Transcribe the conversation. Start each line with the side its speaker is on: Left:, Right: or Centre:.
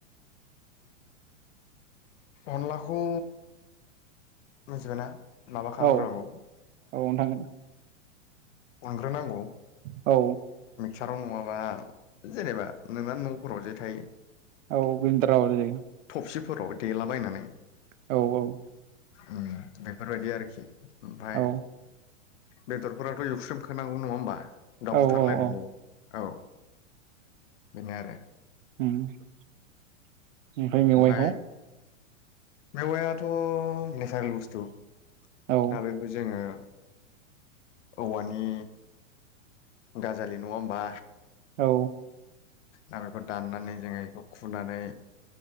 Left: अनलाखौ मिजबायना माबा खालामग्रोनांगौ।
Right: औ औ नोंथां
Left: अनग्रोनांगौ।
Right: औ।
Left: मिक्साराव नङाबा जेनेबा नोंना न'फोराव जेथायाइ
Right: औ गुन्दा <unintelligible>
Left: थबसिफोराव देलाबायनानै
Right: औ औ
Left: ओम बेफोरबायदि आरोखि ओमफ्राय
Right: औ
Left: बेदरफोराथ' इउस्रेम खानांगौ नङा होमबा? दाउ
Right: औ
Left: बुथारलायनांगौ
Right: औ औ
Left: औ बेनो आरो
Right: <unintelligible> मेवाइखौ
Left: ओमफ्राय मेवयाथ' नेचारेल बुस्थु
Right: औ
Left: दा बेखौ जोङो औवानि गाजालि नङा होमबा।
Right: औ।
Left: आरो बेखौ दाननानै जोङो बेखौ खुनानै